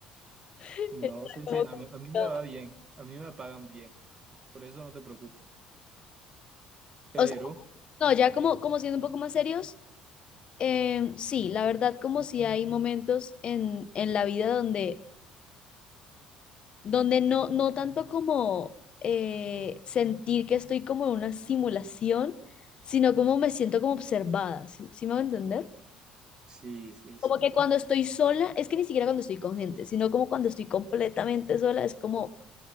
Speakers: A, on the left (about 40°); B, on the right (about 30°).
A: <laughs>
B: no
A: está
B: sé
A: como
B: si a
A: complicado.
B: mí, a mí me va bien, a mí me pagan bien, por eso no te preocupes. Pero,
A: O sea, no, ya como, como siendo un poco más serios, eh, sí, la verdad, como si hay momentos en, en la vida donde donde no, no tanto como eh, sentir que estoy como en una simulación, sino como me siento como observada, ¿sí, sí me va a entender?
B: sí, sí,
A: Como
B: sí.
A: que cuando estoy sola, es que ni siquiera cuando estoy con gente, sino como cuando estoy completamente sola, es como,